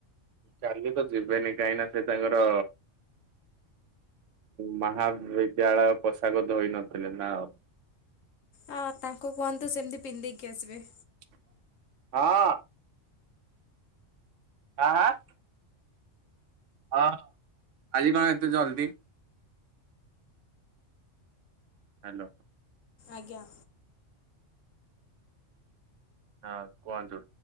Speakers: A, on the right; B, on the left.
A: କାଲି ତ ଯିବେନି, କାହିଁନା ସେ ତାଙ୍କର ମହାବିଦ୍ୟାଳୟ ପୋଷାକ ଧୋଇନଥିଲେ। <unintelligible>
B: ହଁ ତାଙ୍କୁ କୁହନ୍ତୁ ସେମତି ପିନ୍ଧିଦେଇକି ଆସିବେ।
A: ହଁ। <unintelligible> ହଁ। ଆଜି କଣ ଏତେ ଜଲଦି। ହାଲୋ।
B: ଆଜ୍ଞା।
A: ହଁ କୁହନ୍ତୁ।